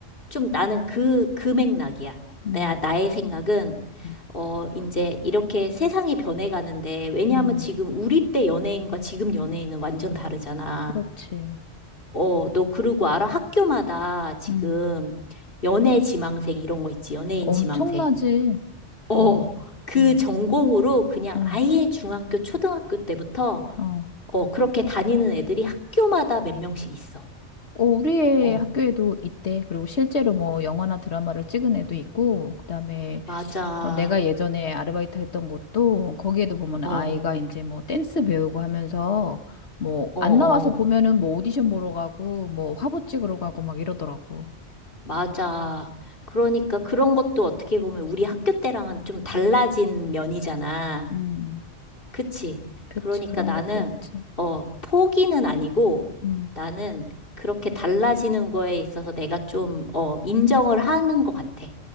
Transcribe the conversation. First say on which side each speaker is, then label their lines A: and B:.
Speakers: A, on the left; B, on the left.
A: 좀 나는 그, 그 맥락이야.
B: 음,
A: 나, 나의 생각은,
B: 음,
A: 어, 이제 이렇게 세상이 변해가는데, 왜냐하면
B: 음,
A: 지금 우리 때 연예인과 지금 연예인은 완전 다르잖아.
B: 그렇지.
A: 어, 너 그러고 알아? 학교마다 지금
B: 음,
A: 연애 지망생 이런 거 있지. 연예인
B: 엄청나지.
A: 지망생. 어,
B: 응,
A: 그
B: 응,
A: 전공으로 그냥
B: 응,
A: 아예 중학교, 초등학교 때부터
B: 어.
A: 어, 그렇게 다니는 애들이 학교마다 몇 명씩 있어.
B: 어, 우리의
A: 어,
B: 학교에도 있대. 그리고 실제로 뭐 영화나 드라마를 찍은 애도 있고, 그다음에
A: 맞아.
B: 어, 내가 예전에 아르바이트 했던 곳도 거기에도 보면
A: 어,
B: 아이가 이제 뭐 댄스 배우고 하면서 뭐
A: 어,
B: 안
A: 어,
B: 나와서 보면은 뭐 오디션 보러 가고 뭐 화보 찍으러 가고 막 이러더라고.
A: 맞아. 그러니까 그런 것도 어떻게 보면 우리 학교 때랑은 좀 달라진 면이잖아.
B: 음,
A: 그치?
B: 그치.
A: 그러니까
B: 그런
A: 나는,
B: 것도 있지.
A: 어, 포기는 아니고
B: 음.
A: 나는 그렇게 달라지는 거에 있어서 내가 좀, 어, 인정을 하는 것 같아.